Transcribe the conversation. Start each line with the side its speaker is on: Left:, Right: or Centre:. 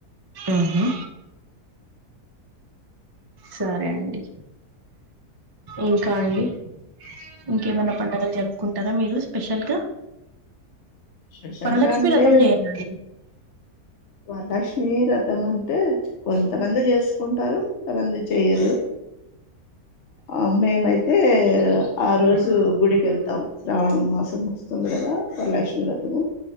Right: ఆహా సరే అండి ఇంకా అండి ఇంకేమన్నా పండుగలు జరుపుకుంటారా మీరు స్పెషల్ గా
Left: స్పెషల్
Right: వరలక్ష్మి
Left: గా అంటే
Right: రథం చేయండి
Left: వరలక్ష్మిీ రథం అంటే కొంతమంది చేసు కొంటారు కొంతమంది చెయరు ఆ మేమైతే ఆ రోజు గుడికి వెళ్తాం శ్రావణం మాసం వస్తుంది కదా వరలక్ష్మి వ్రతము